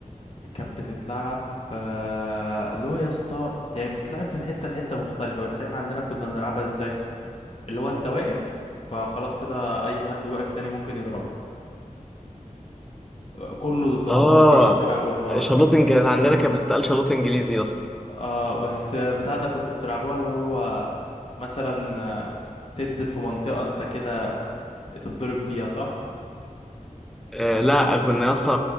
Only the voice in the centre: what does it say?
اه
شلوت
كانت عندنا كانت بتتقال شلوت انجليزي يا اسطى
آه لا كنا يا اسطى